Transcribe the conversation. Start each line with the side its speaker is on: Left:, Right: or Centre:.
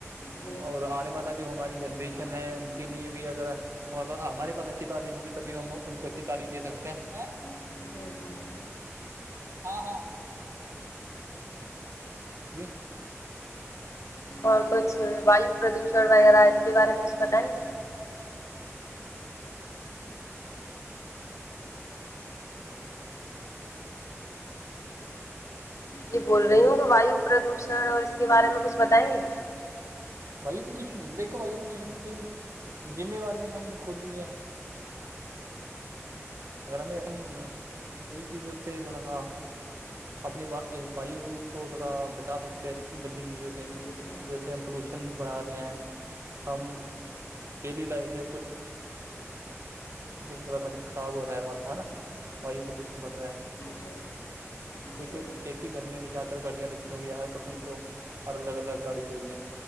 Left: جی
Right: اور آنے والا جو ہماری جنریشن ہے کے لیے بھی اگر ہم پ ہمارے پاس اچھی تعلیم ہوگی تبھی ہم ان کو اچھی تعلیم دے سکتے ہیں
Left: ہ ہاں
Right: ہاں ہاں جی
Left: اور کچھ وایو پردوشن وغیرہ اس کے بارے میں کچھ بتائیں گے
Right: ہیلو
Left: یہ بول
Right: ہلو
Left: رہی ہوں کہ وایو پردوشن اور اس کے بارے میں کچھ بتائیں گے
Right: وایو پردوشن دیکھو وایو پردوشن کی ذمےوار بھی ہم کھ دی ہے اگر ہمیں چیز سے تھوڑا سا اپنی وایو کو تھوڑا بچا سکتے ہیں گندی چیزوں سے
Left: جی جی
Right: جیسے ہم پولوشن بڑھا رہے ہیں ہم ڈیلی لائف میں کچھ کچھوائرمنٹ خراب ہو رہا ہے واتا نا وایو پردوشن بڑھ رہا ہے
Left: جی جی
Right: ایک
Left: جی
Right: ایک ہی گھر میں ان نے جا کر گاڑیاں رکھی ہوئی ہے ہر پرسن کو اور الگ الگ گاڑی چاہیے